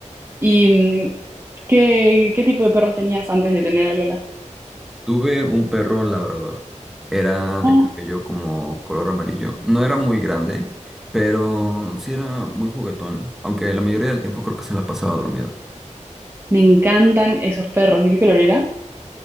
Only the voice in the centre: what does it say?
Tuve un perro labrador. Era de
cabello como color amarillo. No era muy grande, pero sí era muy juguetón, aunque la mayoría del tiempo creo que se la pasaba dormido.